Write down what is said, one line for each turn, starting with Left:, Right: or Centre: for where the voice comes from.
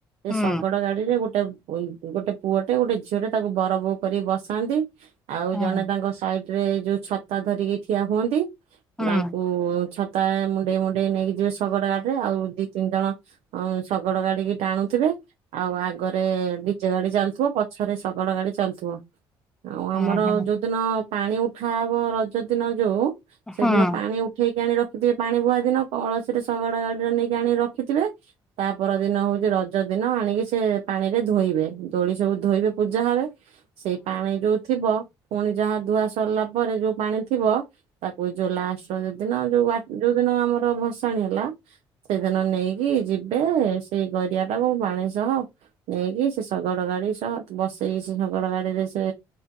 Right: ଏ
Centre: ହୁଁ
Right: ଶଗଡ ଗାଡିରେ ଗୋଟେ ଗୋଟେ ଗୋଟେ ପୁଅଟେ ଗୋଟେ ଝିଅ ଟରେ ତାକୁ ବର ବୋଉ କରିକି ବସାନ୍ତି। ଆଉ
Centre: ହୁଁ
Right: ଜଣେ ତାଙ୍କ ସାଇଟ ରେ ଯୋଉ ଛତା ଧରିକି ଠିଆ ହୁଅନ୍ତି।
Centre: ହୁଁ
Right: ତାଙ୍କୁ ଛ ମୁଣ୍ଡେ ମୁେ ଗୋଟେଇ ନେଇକି ଯିବେ ଶଗଡ଼ ଗଡ ରେ ଆଉ ଦି ତିନି ଜଣ ହଁ ସବୁ ବଡ଼ ଗାଡିିକ ଟଣୁ ଆଉ ଆଗରେ ନିଚେ ଗାଡି ଚାଲଥିବ ପଛରେ ଶକାଳ ଗାଡି ଚାଲୁଥିବ। ଆଉ
Centre: ହୁଁ
Right: ଆମର
Centre: ହୁଁ
Right: ଯୋଉଦିନ ପାଣି ଉଠା ହବ ରଜ ଦିନ ଯୋଉ ସେଦିନ
Centre: ହୁଁ
Right: ପାଣି ଉଠେଇି ଆଣି ରଖଥିବେ ପାଣି ବୁହା ଦିନ କଳସିରେ ଶଗଡ଼ ଗାଡ଼ି ରେ ନେଇକି ଆଣି ରଖି ରଖିଥିବେ ତାପ ଦିନ ହଉଛି ରଜ ରଜ ଦିନ ଆଣିକି ସେ ପାଣି ରେ ଧୋଇବେ ଦୋଳି ସବୁ ଧୋଇବେ ପୂଜା ହେବେ ସେଇ ପାଣି ଯୋଉ ଥିବ। ପୁଣି ଯାହା ଧୁଆ ସରିଲା ପରେ ଯୋଉ ପାଣି ଥିବ ତାକୁ ଜୋଲା ଆସ ଯଦି ଯୋଉ <unintelligible> ଯୋଉ ଦିନ ଆମର ଭସାଣିୀ ହେଲା ସେଦିନ ନେଇକି ଯ ଦେ ସେଇ ଘର ଦଆ <unintelligible> ଟାକୁୋ ପାଣି ସହ ନେଇକି ସେ ଶଗଡ ଗାଡି ସହ ବସେଇକି ସେ ଶଗଡ ଗାଡିରେ ସେ